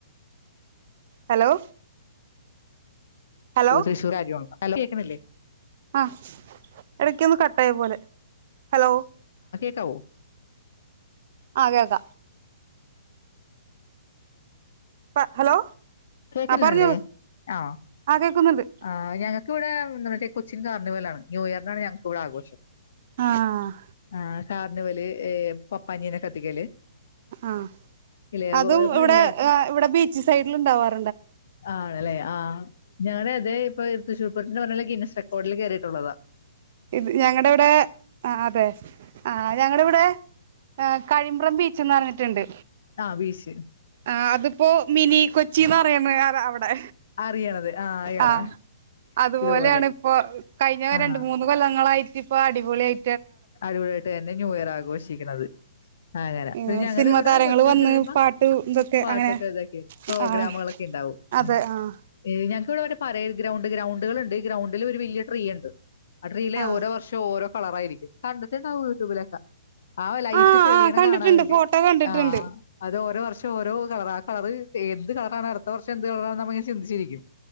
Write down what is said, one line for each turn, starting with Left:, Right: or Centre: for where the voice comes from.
Right: ഹലോ ഹലോ
Left: തൃശൂർ കാര്യം ഹലോ കേക്കണല്ലേ?
Right: ആഹ് ഇടക്കൊന്ന് കട്ടായ പോലെ ഹലോ
Left: ട്ടൗ
Right: ആകത പ ഹലോ
Left: കേക്കല്ലേ
Right: ആഹ് പറഞ്ഞോളൂ
Left: ആ
Right: ആഹ് കേക്കുന്നുണ്ട്
Left: ആഹ് ഞങ്ങക്കവിടെ നമ്മട് കൊച്ചികാർ ണിവൽ ആണ് ന്യൂ ഇയർ ഞങ്ങൾക്ക് ഇവിടെഘോഷം
Right: ആഹ്
Left: ആഹ് കാർണിവല് ഏഹ് പപ്പാനീനെ കത്തിക്കല്
Right: ആഹ്
Left: ഇല്ലേ
Right: അതും
Left: ഇപ്പ
Right: ഇവിടെ
Left: എല്ലാട
Right: ഇവിടെ ബീച്ച് സൈഡിൽ ഉണ്ടാവാർ
Left: ആണല്ലേ ആ ഞങ്ങൾ അതെ ഇപ്പൊ തൃശൂർ പൂരം പറഞ്ഞ പോലെ ഗിനസ് റെക്കോർഡിൽ കയറിയിട്ടുള്ളതാ
Right: ഇത് ഞങ്ങളുടെ ഇവിടെ ആഹ് അതെ ആഹ് ഞങ്ങളടെ ഇവിടെ കഴിമ്പ്രം ബീച്ച്ന്ന് പറഞ്ഞിട്ടുണ്ട്
Left: ആ വിശ്
Right: ആഹ്ആ അതിപ്പോ മിനി കൊച്ചിന്ന് അറിയണ അവിടെ
Left: അറിയണത് ആഹ് യടാ
Right: ആഹ്ആ അതുപോലെയാണ്
Left: ഇതുപോലെ
Right: ഇപ്പ കയിഞ്ഞ്
Left: ആഹ്
Right: രണ്ട് മൂന്ന് കൊല്ലങ്ങളായി ഇപ്പ അടിപൊളായി
Left: അടിപൊളിയായിട്ട് തന്നെ ന്യൂ ഇയർ ആഘോഷിക്കുന്നത് അങ്ങന
Right: ആഹ്
Left: പിന്നെ ഞങ്ങ
Right: സിനിമ
Left: ഇവിടെ
Right: താരങ്ങൾ
Left: കൊച്ചിന്ന്
Right: വന്ന്
Left: പറയുമ്പോ
Right: പാട്ട് ഇതൊക്കെ
Left: പാട്ടൊക്കെ
Right: അങ്ങനെ
Left: ഇതൊക്കെ പ്രോഗ്രാമുകളൊക്കെ
Right: ആഹ്
Left: ഉണ്ടാവും
Right: അതെ
Left: ഞ
Right: ആഹ്
Left: ഇഹ് ഇവിടെ പറയ ഗ്രൗണ്ട് ഗ്രൗണ്ടുകൾുണ്ട് ഗ്രൗണ്ടിൽ ഒരു വലിയ ട്രീ ഉണ്ട് അടറിയില
Right: ആഹ്
Left: ഓരോ വർഷവും ഓരോ കളറായരിക്കും കണ്ടത്തി നാ യൂട്യൂബിലേക്കാം ആ ലൈറ്റ്
Right: ആഹ്
Left: തെളിയണം
Right: ആഹ് കണ്ടിട്ടുണ്ട്
Left: കാണാൻ വേണ്ടി
Right: ഫോട്ടോ കണ്ടിട്ടുണ്ട്
Left: ആ അത് ഓരോ പക്ഷെ ഓരോ കളർ ആ കളർ എന്ത് കളറാണ്ണ് അടുത്ത വർഷം എന്ത് കളറാണ് നമ്മ ഇങ്ങനെ ചിന്തിച്ചിരിക്കും